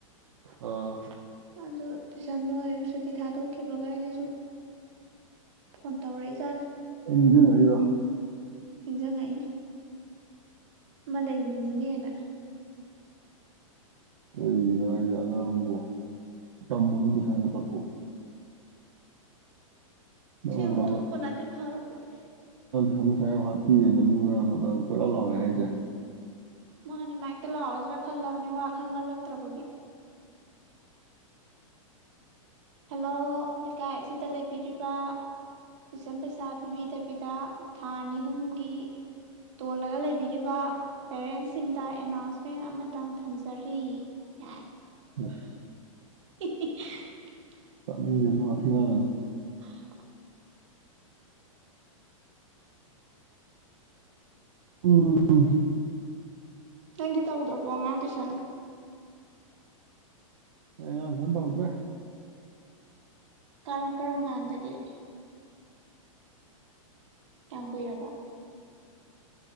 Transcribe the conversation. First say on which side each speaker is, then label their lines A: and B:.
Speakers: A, on the right (about 75°); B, on the right (about 60°).
A: ꯑꯣ
B: ꯑꯗꯨ ꯇꯨꯏꯁꯟ ꯂꯣꯏꯔꯦ ꯁꯨꯇꯤ ꯊꯥꯗꯣꯛꯈꯤꯕꯒ ꯑꯩꯁꯦ ꯁꯨꯝ ꯐꯣꯟ ꯇꯧꯔꯛꯏꯖꯥꯅꯤ
A: ꯑꯦꯅꯤꯗꯨ ꯉꯏꯔꯣ
B: ꯏꯟꯖꯥꯡꯥꯏꯅꯤ ꯃ ꯂꯩ ꯂꯩꯒꯤꯕꯅꯤꯅꯦꯦꯅ
A: ꯀꯩꯒꯤꯅꯣ ꯍꯥꯏꯁꯦ ꯑꯉꯥꯡꯕꯨꯣ ꯇꯝꯕꯅꯣ ꯇ ꯁꯥꯏꯅ ꯇꯠꯊꯣꯛꯑꯣ ꯅꯪ
B: ꯁꯤꯨ
A: ꯅꯠꯇ꯭ꯔꯣ
B: ꯇꯨ ꯀꯅꯥꯗꯤ ꯐꯔ ꯄꯅꯤ
A: ꯁꯁꯥ ꯌꯥꯝ ꯍꯥꯞꯄꯤ ꯅꯅ ꯀꯣꯏꯔ ꯂꯥꯎꯋꯦ ꯍꯥꯏꯁꯦ
B: ꯃꯥꯅꯦ ꯃꯥꯥꯏꯛꯇ ꯂꯋꯥꯖ꯭ꯔꯥ ꯈꯜꯂꯕꯅꯤ ꯋꯥ ꯈꯪꯃꯜꯂꯛꯇ꯭ꯔꯕꯒꯤ ꯍꯜꯂꯣ ꯂꯩꯀꯥꯏ ꯑꯁꯤꯗ ꯂꯩꯕꯤꯔꯤꯕ ꯇꯨꯏꯁꯟ ꯄꯩꯁꯥ ꯄꯤꯕꯤꯗꯕꯤꯗ ꯊꯥ ꯑꯅꯤ ꯑꯍꯨꯝꯒꯤ ꯇꯣꯜꯂꯒ ꯂꯩꯕꯤꯔꯤꯕ ꯄꯦꯔꯦꯟꯁꯁꯤꯡꯗ ꯑꯦꯅꯥꯎꯟꯁꯃꯦꯟ ꯑꯃꯇꯪ ꯊꯝꯖꯔꯤ ꯀ
A: ꯑꯁ
B: <unintelligible>
A: ꯆꯅꯤꯡꯦꯗꯊꯤꯒꯅꯣ
B: <unintelligible>
A: ꯎꯝ ꯎ
B: ꯅꯗꯤ ꯇꯧꯗ꯭ꯔꯄꯣꯉ ꯇ꯭ꯌꯨꯁꯟ
A: ꯉꯥꯡꯁꯤꯅ ꯇꯧꯗ꯭ꯔꯦ
B: ꯀꯔ ꯀꯔꯝ ꯀꯥꯟꯗꯒꯤꯦ ꯀꯝ ꯀꯔꯔꯕ